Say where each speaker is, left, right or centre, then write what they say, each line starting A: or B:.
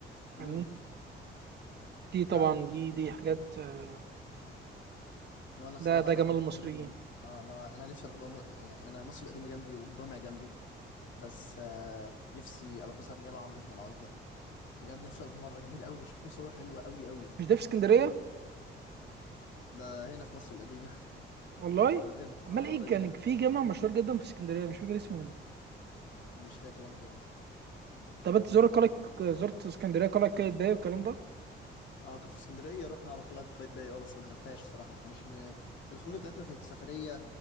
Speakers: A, on the left; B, on the right.
A: امم
B: فاهمني دي طبعا
A: لا
B: دي دي حاجات آه،
A: وانا الصراحة
B: ده ده
A: لو
B: جمال
A: هنتكلم
B: المصريين
A: اه لو انا نفسي اروح بقى م- يعني انا مصر القديمة جنبي والجوامع جنبي بس آه نفسي اروح مثلا جامع عمرو بن العاص ده بجد نفسي اروح مرة جميل قوي بشوف له صور حلوة قوي قوي
B: مش ده في اسكندريه
A: ده هنا في مصر القديمة <laughs>
B: والله
A: عندنا
B: امال
A: اه
B: ايه
A: قريب
B: كان
A: مني
B: في جامع مشهور جدا في اسكندريه مش فاكر اسمه ايه
A: مش فاكر انا كمان
B: طب انت زرت قلعه زرت اسكندريه قلعه قايتباي والكلام ده
A: اه كنت في اسكندريه رحنا على قلعه قايتباي اه بس ما دخلتهاش الصراحه احنا مش من... الخروجه بتاعتنا ما كانتش سفريه